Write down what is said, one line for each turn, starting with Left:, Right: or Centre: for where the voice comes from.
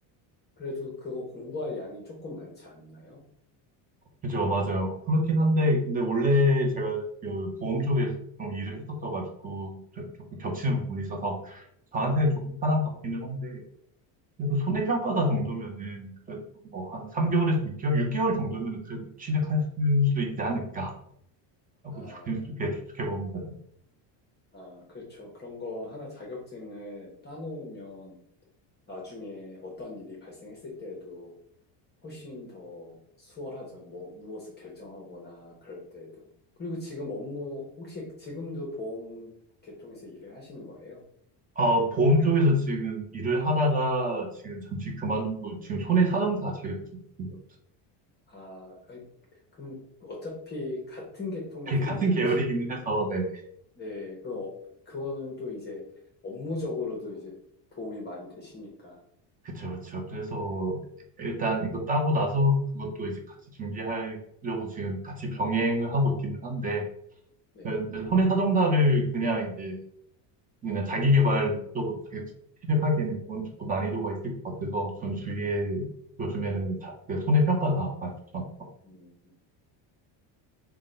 Left: 그래도 그거 공부할 양이 조금 많지 않나요?
Right: 그죠, 맞아요. 그렇긴 한데 근데 원래 제가 그 보험 쪽에서 좀 일을 했었어가지고 그래도 조금 겹치는 부분이 있어서 저한테는 조금 편한 것 같기는 한데 그래서
Left: 네.
Right: 손해평가사 정도면은 그래도 뭐 한 3개월에서 6개월, 6개월 정도면은 그래도 취득할 수 있지 않을까라고
Left: 아,
Right: 조심스럽게 추측해 봅니다.
Left: 아, 그렇죠. 그런 거 하나 자격증을 따놓으면 나중에 어떤 일이 발생했을 때에도 훨씬 더 수월하죠. 뭐, 무엇을 결정하거나 그럴 때에도. 그리고 지금 업무, 혹시 지금도 보험 계통에서 일을 하시는 거예요?
Right: 어, 보험 쪽에서 지금 일을 하다가 지금 잠시 그만두고 지금 손해사정사 자격증 있고요.
Left: 아, 아이, 그럼 어차피 같은 계통에서
Right: <laughs> 같은
Left: 일을
Right: 계열이기는
Left: 하실,
Right: 해서 네
Left: 네, 그, 어, 그거는 또 이제 업무적으로도 이제 도움이 많이 되시니까.
Right: 그죠그렇죠 그래서
Left: 네,
Right: 일단 이거 따고 나서 그것도 이제 같이 준비하려고 지금 같이 병행을 하고 있기는 한데
Left: 네.
Right: 네, 근데 손해사정사를 그냥 이제 그냥 자기 개발 쪽으로 자기 취직하기에는 그건 조금 난이도가 있을 것 같아서 전 주위에 요즘에는 자, 그 손해평가사 말씀처럼
Left: 음.